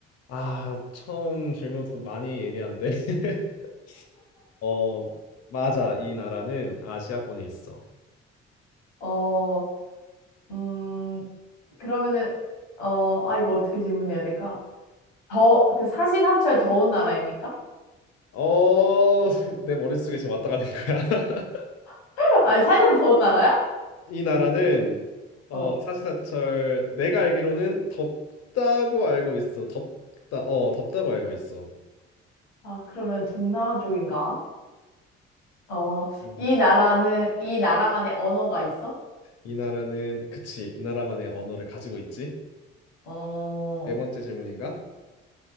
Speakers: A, on the left; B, on the left.
A: 아, 처음 질문부터 많이 예리한데. <laughs> 어, 맞아. 이 나라는 아시아권에 있어.
B: 어, 음, 그러면은, 어, 아, 이거 어떻게 질문해야 될까? 더, 그 사시사철 더운 나라입니까?
A: 어, <laughs> 내 머릿속에 지금 왔다 가는 거야. <laughs>
B: <laughs> 아, 사시사철 더운 나라야?
A: 이 나라는 어,
B: 어.
A: 사시사철 내가 알기로는 덥다고 알고 있어. 덥다. 어, 덥다고 알고 있어.
B: 아, 그러면 동남아 쪽인가? 어,
A: 음.
B: 이 나라는, 이 나라만의 언어가 있어?
A: 이 나라는 그치. 이 나라만의 언어를 가지고 있지.
B: 어,
A: 네 번째 질문인가?